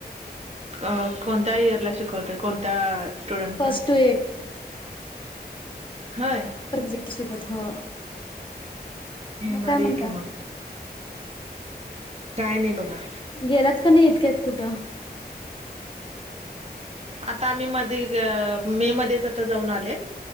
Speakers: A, on the right (about 40°); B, on the left (about 30°).
A: अं कोणत्यां इयरला शिकवतंय कोणत्यां स्टुडंट
B: फर्स्ट
A: नां
B: टू एट
A: होयं
B: शिक्षकं अथवां मंग
A: भारी
B: कायं
A: आहे
B: म्हणतां
A: की मग कायं नाहीं बघां.
B: गेलांत कां नाहीं इतक्यांत कुंठं
A: आंता आम्हीं मध्यें मे मध्येचं मे आंता जाऊंन आले.